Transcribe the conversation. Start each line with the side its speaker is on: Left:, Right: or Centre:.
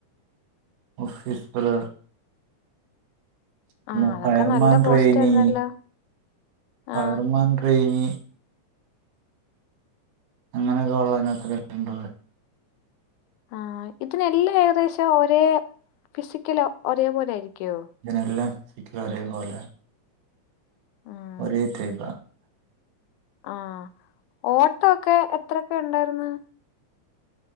Right: ഓഫീസറ്. പിന്നെ
Left: ആ അതൊക്കെ
Right: ഫയർമാൻ
Left: നല്ല പോസ്റ്റ്
Right: റയിനി,
Left: ആയിരുന്നല്ലോ
Right: ഫയർമാൻ
Left: ആ
Right: റെയ്നി. അങ്ങനെയൊക്കെ ഉള്ള അതിനകത്തൊക്കെണ്ടത്.
Left: ആഹ്. ഇതിനെല്ലും ഏകദേശം ഒരേ ഫിസിക്കൽ ഒരേ പോലെ ആയിരിക്യോ.
Right: ഇതിനെല്ലാം സിക്കും ഒരേ പോലെ.
Left: ആഹ്
Right: ഒരേ ടൈ പ്പാ.
Left: ആഹ് ഓട്ടൊക്കെ എത്രക്ക് ണ്ടാർന്ന്.